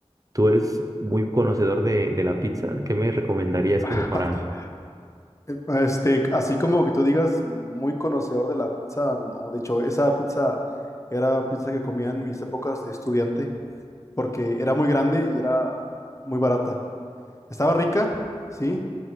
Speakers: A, on the right; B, on the left.
A: tú eres muy conocedor de, de la pizza. ¿Qué me recomendarías
B: <laughs>
A: como para,
B: Este, así como que tú digas, muy conocedor de la pizza, no. De hecho, esa pizza era pizza que comía en mis épocas de estudiante, porque era muy grande y era muy barata. Estaba rica, sí,